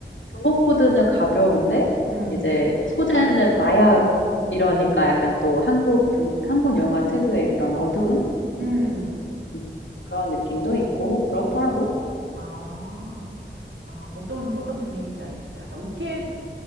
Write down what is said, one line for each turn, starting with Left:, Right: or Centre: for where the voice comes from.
Left: 유머 코드는 가벼운데
Right: 음.
Left: 이제 소재는 마약 이러니까 약간 또 한국 분 한국 영화 특유의 그런 어두운
Right: 음.
Left: 음 그런 느낌도 있고 그렇더라고.
Right: 아, 아, 뭐 어떤, 어떤 분위기인지 알겠다. 약간 웃기에,